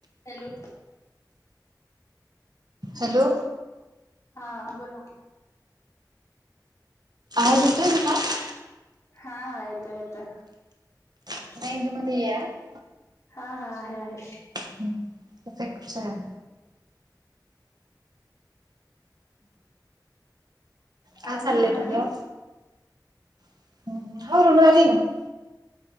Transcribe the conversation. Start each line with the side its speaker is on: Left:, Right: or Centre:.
Left: Hello.
Right: Hello.
Left: हा बोला.
Right: आवाज येतोय काय?
Left: हा हा येतोय येतोय
Right: <unintelligible>
Left: हा हा आहे आहे.
Right: <unintelligible> बर काय
Left: आली
Right: चाललंय
Left: लोणाली
Right: तुझं? <unintelligible>